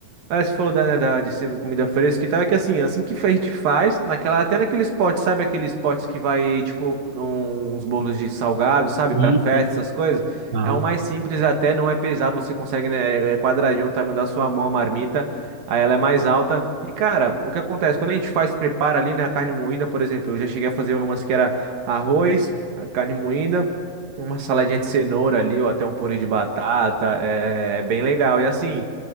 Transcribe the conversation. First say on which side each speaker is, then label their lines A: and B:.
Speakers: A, on the right (about 80°); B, on the right (about 50°).
A: Ah, você falou da, né, da- de ser comida fresca e tal, é que assim, assim que a gente faz, naquela, até naqueles potes, sabe aqueles potes que vai, tipo, um- uns bolos de salgado, sabe,
B: Sim,
A: pra festa,
B: sim.
A: essas coisas,
B: Aham.
A: é um mais simples até, não é pesado, você consegue, né, é é quadradinho o tamanho da sua mão, a marmita, aí ela é mais alta, e cara, o que acontece, quando a gente faz, prepara ali, né, a carne moída, por exemplo, eu já cheguei a fazer umas que era arroz, a carne moída, uma saladinha de cenoura ali, ou até um purê de batata, é é bem legal, e assim...